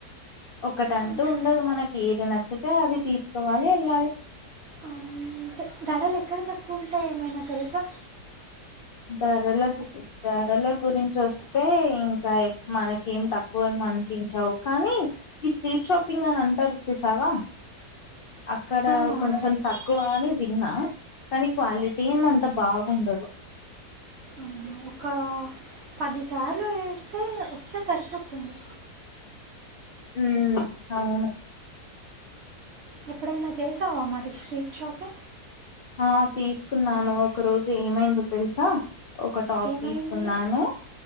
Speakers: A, on the left (about 75°); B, on the right (about 65°).
A: ఒకటంటూ
B: అవును.
A: ఉండదు మనకి ఏది నచ్చితే అది తీసుకోవాలి వెళ్ళాలి
B: అంటే ధరలు ఎక్కడ తక్కువ ఉంటాయి ఏమైనా తెలుసా
A: ధరల ధరల గురించి వస్తే ఇంకా మనకి ఏం తక్కువ ఏమనిపించావు కానీ ఈ స్ట్రీట్ షాపింగ్ అని అంటారు చూసావా అక్కడ
B: ఆ అవును
A: కొంచెం తక్కువ అని విన్నా కానీ క్వాలిటీ ఏమో అంత బాగుండదు
B: అవునా ఒక పదిసార్లు వేస్తే వస్తే సరిపోతుంది
A: ఉ అవును
B: ఎప్పుడైనా చేసావా మరి స్ట్రీట్ షాపే
A: ఆ తీసుకున్నాను ఒక రోజు ఏమైందో తెలుసా ఒక టాప్
B: ఏమైంది
A: తీసుకున్నాను